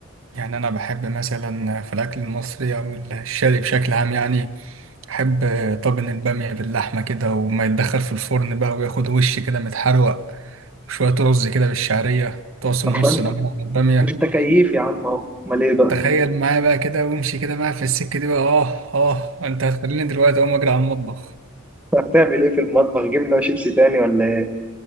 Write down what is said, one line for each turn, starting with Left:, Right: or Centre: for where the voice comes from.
Right: يعني أنا بحب مثلا في الأكل المصري أو الشرقي بشكل عام يعني أحب طاجن البامية باللحمة كده وما يتدخل في الفرن بقى وياخد وش كده متحروق وشوية رز كده بالشعرية طاسة
Centre: طب
Right: نص
Centre: ما انت
Right: ليمون على البامية
Centre: ما انت كيف يا عم اهو امال ايه بقى
Right: تخيل معايا بقى كده وامشي كده معايا في السكة دي بقى آه آه أنت هتخليني دلوقتي أقوم أجري على المطبخ
Centre: هتعمل ايه في المطبخ جبنه وشيبسي تاني ولا ايه